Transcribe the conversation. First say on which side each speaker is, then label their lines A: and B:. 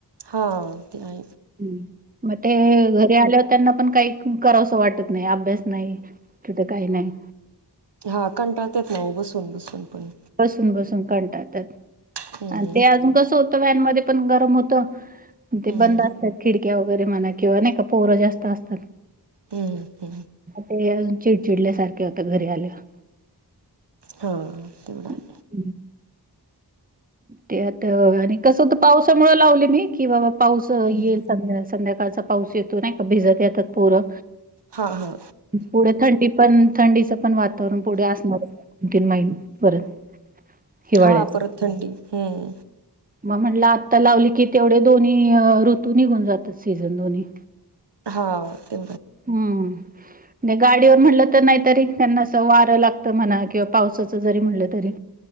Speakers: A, on the right; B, on the right.
A: हा ते अ
B: ह् म ते घरी आल्यावर त्यांना पण काही कराव असं वाटत नाही अभ्यास नाही तिथे काही नाही.
A: हा कंटाळतेत ना बसून बसून पण
B: बसून बसून कंटातात
A: हम्म
B: आणि ते अजून कसं होत व्हॅनमध्ये पण गरम होत. ते
A: हम्म
B: बंद असतात खिडक्या वगैरे म्हणा किंवा नाही का पोहरा जास्त असतात.
A: ह ते
B: ते चिडचिडल्या सारखे होत घरी आल्यावर
A: हा तेवढं आहे.
B: हम्म. ते आता आणि कसं पावसामुळे लावले मी कि बाबा पाऊस येईल
A: हम्म
B: संध्या संध्याकाळचा पाऊस येतो नाही का भिजत येतात पोरं
A: हा हा
B: पुढे थंडी पण थंडीचं पण वातावरण पुढे असणार आहे. दोन तीन महिने परत हिवाळा्यायच
A: हा परत थंडी हम्म.
B: मग म्हटलं आत्ता लावली की तेवढे दोन्ही अ ऋतू निघून जातात सीझन दोन्ही
A: हा ते
B: हम्म. नाही गाडीवर म्हणलं तर नाहीतरी त्यांना अस वारं लागतं म्हणा किंवा पावसाचं जरी म्हणलं तरी